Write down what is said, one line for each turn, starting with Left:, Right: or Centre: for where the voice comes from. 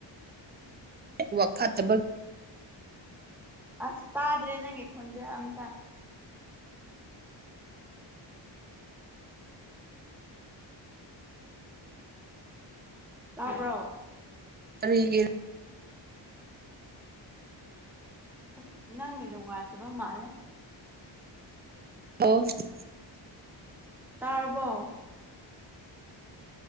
Right: ꯅ‌ꯦꯠꯋꯥꯛ ꯐꯠꯇꯕ
Centre: ꯑꯁ ꯇꯥꯗ꯭ꯔꯦ ꯅꯪꯒꯤ ꯈꯣꯟꯖ‌ꯦꯜ ꯑꯝꯇ ꯇꯥꯕ꯭ꯔꯣ
Right: ꯀꯔꯤꯒꯤ
Centre: ꯑꯁ ꯅꯪꯗꯤ ꯅꯨꯡꯉꯥꯏꯇꯕ ꯃꯥꯜꯂꯦ
Right: ꯑꫭꯐ
Centre: ꯇꯥꯔ꯭ꯕꯣ